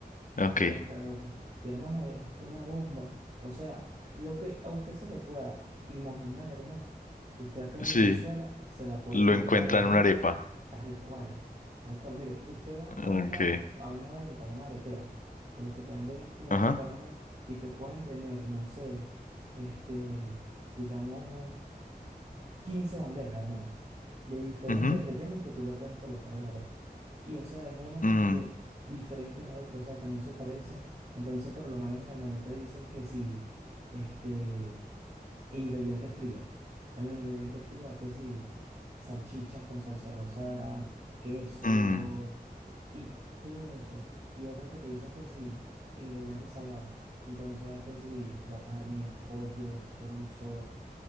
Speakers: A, on the left; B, on the right.
A: Ok,
B: y las caraotas. Y hermano, es una bomba. O sea, lo que a usted se le pueda imaginar, hermano, usted acá en
A: sí,
B: Venezuela se la puede
A: lo
B: colocar
A: encuentra
B: a la arepa
A: en una arepa.
B: tal cual. Tal cual. Mire, usted va a
A: Ok,
B: una, a una venta, a una arepera, que lo que te venden es pura
A: ajá,
B: arepa, hermano, y te pueden tener, no sé, este, digamos 15 bandejas, hermano, de diferentes
A: ujú,
B: rellenos que tú le puedes colocar a la arepa. Y o sea, es uno como
A: mm.
B: que diferente a la otra, o sea, que no se parecen. Entonces, por lo menos en el menú te dicen que si, este, ingredientes fríos. En los ingredientes fríos, ¿a que si? Salchichas con salsa rosada, quesos
A: Mm,
B: y todo eso. Y otro que te dicen que si, ingredientes salados. Entonces, ¿a que si? La carne, pollo, chorizo